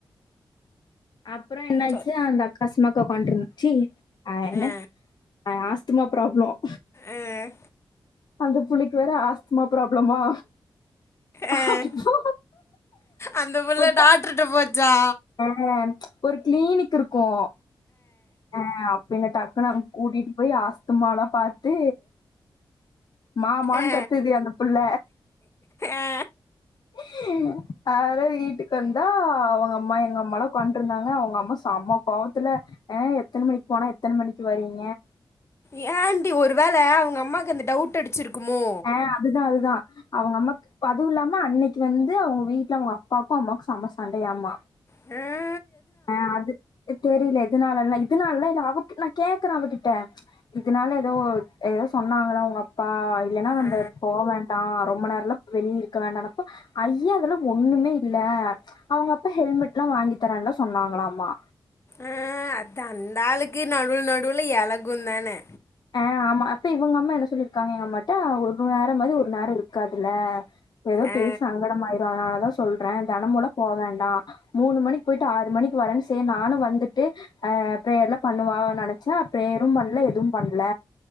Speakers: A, on the left; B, on the left.
A: அப்பறோம் என்னாச்சு
B: சொல்
A: அந்த அக்கா மா ஒட்கந்துருச்சு ஆன
B: ஆ
A: ஆஹ சுத்தமா ப்ராப்ளம்
B: ஆஹ்
A: அந்த புலிக்கு வேற ஆஸ்துமா ப்ராப்ளமா
B: அஹ்
A: அப்போ
B: அந்த புள்ள
A: போட்டா
B: டாக்டர்ட போச்சு சா
A: ஆ ஒரு கிளீனிக் ருக்கும் ஆஹ் அப்பேலயிருந்து அ நாங்க கூட்டிட்டு போய் ஆஸ்துமாலாம் பார்த்து மாமானு
B: ஆ
A: கத்துது அந்த புள்ள
B: ஆ
A: ஹ ஹ வீட்டுக்கு வந்தா அவங்கம்மா எங்க அம்மாலாம் கொண்டுருந்தாங்க அவங்க அம்மா சம்ம கோவத்துல எத்தனை மணிக்கு போனா எத்தனை மணிக்கு வரீங்க
B: ஏன் ஆண்டி ஒரு வேளை அவங்க அம்மா எங்கிருந்து டவுட் அடிச்சிருக்குமோ
A: ஆஹ் அதுதான் அது தோ அவ அம்மாக்கு அதுவுமில்லாம அன்னிக்கி வந்து அவங்க வீட்டுல அவங்க அப்பாக்கு அம்மாக்கு செம்ம சண்டையா மா தோ
B: ஆஹ்
A: ஆஹ் அது தெரியல எதனாலல்ல இதனாலல்லாம் இல்ல அவ கிட் நான் கேக்குறேன் அவகிட்ட இதனால ஏதோ சொன்னாங்களா உங்க அப்பா இல்லன்னா நம்ம
B: ஆ
A: போக வேண்டாம் ரொம்ப நேரம் வெளிய இருக்க வேண்டப்ப ஐய்யோ அதுல ஒண்ணுமே இல்ல அவுங்க அப்ப ஹெல்மெட் எல்லாம் வாங்கி தர சொன்னாங்களமா
B: அஹ் அது அந்த ஆளுக்கு நடு நடுவுல இலகுந்தானே
A: ஆஹ் ஆமா அப்ப இவங்க அம்மா என்ன சொல்லிருக்காங்க எங்க அம்மாட்ட ஒரு நேரம் மாதிரி ஒரு நேரம் இருக்காதுல்ல ஏதோ
B: ஆ
A: பேசி சங்கடமாய நான் தான் சொல்றேன் தினமூல போ வேண்டாம் மூணு மணிக்கு போயிட்டு ஆறு மணிக்கு வரேன்னு செரி நானும் வந்துட்டு அஹ் ப்ரேயர்ல பண்ணுவா நினைச்சேன் ப்ரேயரும் பண்ணல எதுவும் பண்ணல